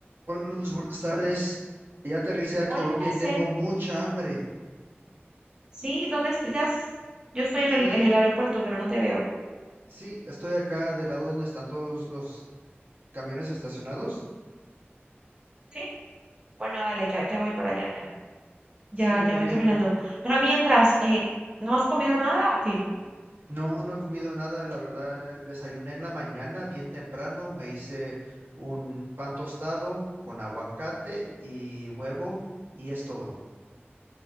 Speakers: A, on the right; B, on the right.
A: Hola Luz, buenas tardes. Ya aterricé a Colombia
B: Hola, José.
A: y tengo mucha hambre.
B: Sí, ¿dónde estás? Yo estoy en
A: Sí,
B: el, en el aeropuerto, pero no te veo.
A: sí, estoy acá del lado donde están todos los camiones estacionados.
B: Sí, bueno, dale, ya, ya voy para allá, ya. Ya,
A: Sí,
B: ya
A: muy
B: voy
A: bien.
B: caminando. Pero mientras, eh, ¿no has comido nada o qué?
A: No, no he comido nada, la verdad. Desayuné en la mañana, bien temprano. Me hice un pan tostado con aguacate y huevo y es todo.